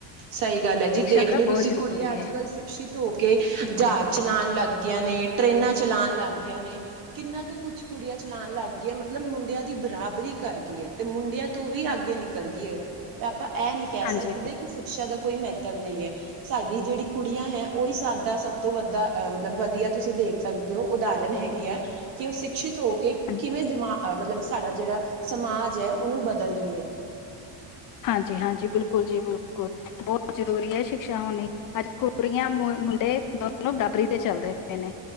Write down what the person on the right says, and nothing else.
ਸਹੀ ਗਲ ਹੈ। ਜੀ
ਦੇਖ
ਲਓ
ਤੁਸੀ
ਕੁੜੀਆਂ
ਅਜ ਕਲ ਸਿੱਖ- ਸਿਕਸ਼ਿਤ ਹੋ ਕੇ ਜਹਾਜ਼ ਚਲਾਉਣ ਲੱਗ ਗਆਂ ਨੇ ਟ੍ਰਰੇਨਾਂ ਚਲਾਉਣ ਲੱਗ ਗਆਂ ਨੇ ਕਿੰਨਾ ਕੁ ਕੁਛ ਕੁੜੀਆਂ ਚਲਾਉਣ ਲੱਗ ਗਈਆਂ ਮਤਲਬ ਮੁੰਡਿਆਂ ਦੀ ਬਰਾਬਰੀ ਕਰ ਗਈ ਐਂ ਤੇ ਮੁੰਡਿਆਂ ਤੋਂ ਵੀ ਅੱਗੇ ਨਿਕਲ ਗਈਆਂ ਤਾਂ ਆਪਾਂ ਅਹ ਨੀ ਕਹਿ
ਸਕਦੇ ਦੇ ਕਿ ਸ਼ਿਕਸ਼ਾ ਦਾ ਕੋਈ ਮਹੱਤਵ ਨਈ ਐ ਸਾਡੀ ਜਿਹੜੀ ਕੁੜੀਆਂ ਹੈ ਉਹੀ ਸਾਡਾ ਸਭ ਤੋਂ ਵੱਧਾ ਅ ਮਤਲਬ ਵਧੀਆ ਤੁਸੀਂ ਦੇਖ ਸਕਦੇ ਹੋ ਉਦਾਹਰਨ ਹੈਗੀ ਐ ਕਿ ਉਹ ਸ਼ਿਕਸ਼ਿਤ ਹੋ ਕਿ
ਕਿਵੇਂ ਦਿਮਾ ਮਤਲਬ ਸਾਡਾ ਜਿਹੜਾ ਸਮਾਜ ਐ ਉਹਨੂੰ ਬਦਲ ਰਹੀਏ